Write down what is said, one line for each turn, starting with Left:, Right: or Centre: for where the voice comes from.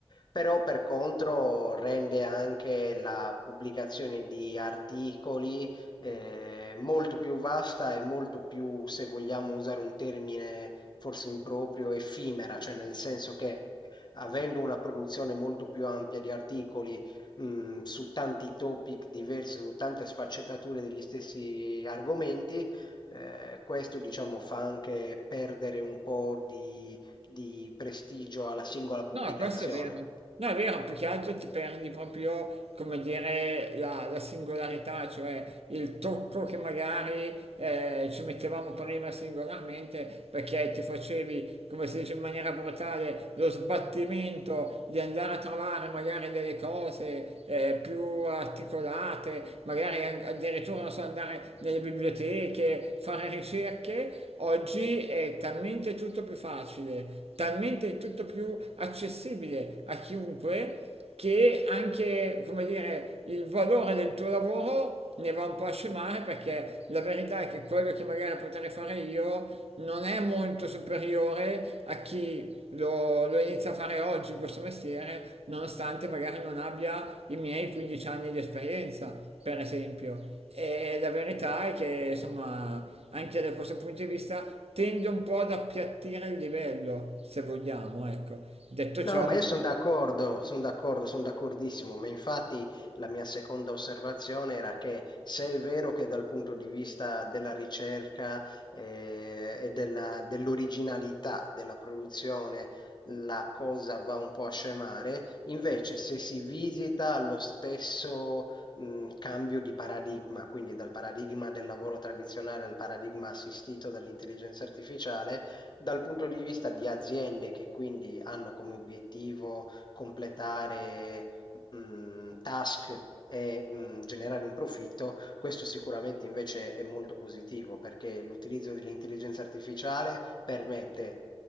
Left: però per contro rende anche la pubblicazione di articoli eh, molto più vasta e molto più, se vogliamo usare un termine forse improprio, effimera, cioè nel senso che avendo una produzione molto più ampia di articoli mh, su tanti topic diversi, su tante sfaccettature degli stessi argomenti. Eh, questo, diciamo, fa anche perdere un po' di, di prestigio alla singola pubblicazione.
Right: No, questo è vero. No, è vero, più che altro ti perdi proprio, come dire, la, la singolarità, cioè il tocco che magari eh, ci mettevamo prima singolarmente perché ti facevi, come si dice in maniera brutale, lo sbattimento di andare a trovare magari delle cose eh, più articolate, magari addirittura non so, andare nelle biblioteche, fare ricerche, oggi è talmente tutto più facile, talmente tutto più accessibile a chiunque che anche, come dire, il valore del tuo lavoro ne va un po' a scemare perché la verità è che quello che magari potrei fare io non è molto superiore a chi lo, lo inizio a fare oggi questo mestiere, nonostante magari non abbia i miei 15 anni di esperienza, per esempio. E la verità è che, insomma, anche da questo punto di vista tende un po' ad appiattire il livello, se vogliamo, ecco. Detto ciò,
Left: No, no, ma io sono d'accordo, sono d'accordo, sono d'accordissimo, ma infatti la mia seconda osservazione era che se è vero che dal punto di vista della ricerca eh, e della- dell'originalità della produzione la cosa va un po' a scemare, invece se si visita lo stesso mh, cambio di paradigma, quindi dal paradigma del lavoro tradizionale al paradigma assistito dall'intelligenza artificiale, dal punto di vista di aziende che quindi hanno come obiettivo completare, mh, task e, mh, generare un profitto, questo sicuramente invece è molto positivo perché l'utilizzo dell'intelligenza artificiale permette